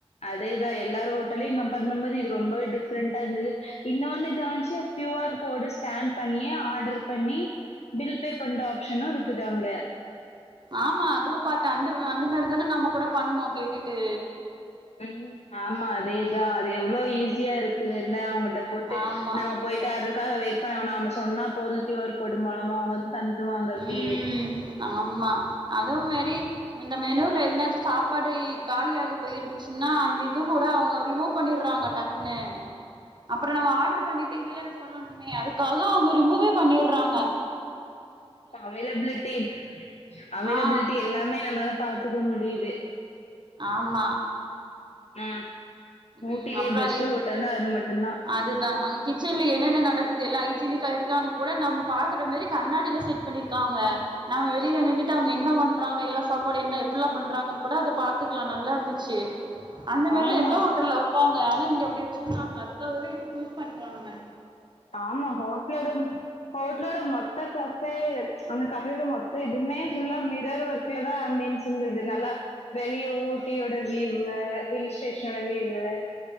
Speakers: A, on the left; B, on the right.
A: அதேதா எல்லார் ஹோட்டலயு நம் <unintelligible> மாதி இது ரொம்பவே டிஃப்ரண்டா இருந்துது இன்னோன்னு கவனிச்சு க்யு ஆர் கோடு ஸ்கேன் பண்ணியே ஆர்டர் பண்ணி பில் பே பண்ற ஆப்ஷனு இருக்குது அங்க
B: ஆமா அதுவு பாத்த அந்த அந்த மாரி தானே நம்ம கூட பண்ணுணோ கேட்டுட்டு
A: உம் ஆமா அதேதா அது எவ்ளோ ஈஸியா இருக்குது இல்ல அவங்க ட்ட போட்டு
B: ஆமா
A: நம்ம போயிட்டு அதுக்காக வெயிட் பண்ண நாம சொன்னா போது கியூ ஆர் கோடு மோலமா அவங்க வந்து தந்துருவாங்க அப்டியே.
B: உம் ஆம்மா அதோ மாரி இந்த மெனுல எதுனாச்சு சாப்பாடு இ காலிய ஆகி போயிருந்துச்சுன்னா அந்த இது கூட அவங்க ரிமூவ் பண்ணிடுறாங்க டக்குன்னு அப்பறொ நம்ம ஆர்டர் பண்ணிட்டு இல்லன்னு சொல்லணுமே அதுக்காக அவங்க ரிமூவே பண்ணியடுறாங்க
A: ப்ப அவைலபிலிட்டி அவைலபிலிட்டி
B: ஆ
A: எல்லாமே நம்மாள பாத்துக்க முடியுது
B: ஆமா
A: ம் ஹ்
B: ம்
A: ஊட்டிலேயே
B: அப்புறம்
A: பெஸ்ட்
B: அங்க
A: ஹோட்டல்ன்னா அது மட்டுந்தா
B: அதுதான் அங்க கிச்சன்ல என்னென்ன நடக்குது எல்லா ஐஜினிக்கா இருக்கான்னு கூட நம்ம பாக்ற மாரி கண்ணாடில செட் பண்ணிருக்காங்க நம்ம வெளில நின்னுட்டு அவங்க என்ன பண் பண்றாங்க எல்லா சாப்பாடு என்ன எப்புட்ல்லா பண்றாங்கன்னு கூட அத பாத்துக்கலா நல்லா இருந்துச்சு அந்த மேரிலா
A: ஆமா.
B: எந்த ஊர் வெப்பாங்க ஆனா இங்கே அப்டி வெச்சிருந்தாங்க அதுக்காகவே இது சூஸ் பண்றானுங்க
A: ஆமா ஹோட்லோட ஹோட்லோட மொத்தக்காஸ் ப்பே அந்த கஃப் <unintelligible> மொத்த இதுமே ஃபுல்லா மே வேர ஒர்க்லதா அப்பின் சொந்தது நல்லா வெளிய ஊட்டியோட வீவு ஹில்ஸ்டேஷனோட வியூவு